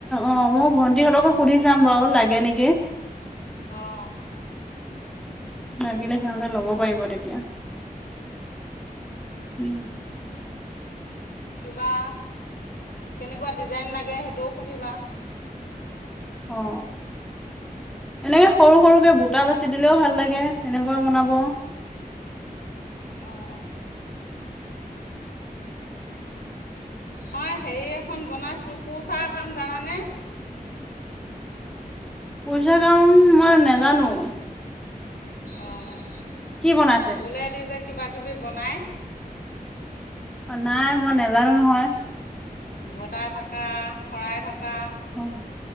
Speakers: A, in the centre; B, on the left.
A: অ মই ভন্টিহঁতকো সুধি চাম বাও লাগে নেকি?
B: অঁ।
A: লাগিলে সিহঁতে ল'ব পাৰিব তেতিয়া।
B: উম <inaudible>
A: উম।
B: কিবা কেনেকুৱা ডিজাইন লাগে সেইটোও সুধিবা।
A: অ এনেকে সৰু সৰুকে বুটা বাচি দিলেও ভাল লাগে তেনেকুৱা বনাব।
B: অঁ। মই হেৰি এখন বনাইছোঁ, কোচা কাম জানানে?
A: পইচা কাম মই নাজানো।
B: অঁ।
A: বনাইছে
B: উওলাই দি যে কিবা। বি বনায়।
A: অ নাই মই নেজানো নহয়।
B: বতাহ থকা, শৰাই থক। কা।
A: অ'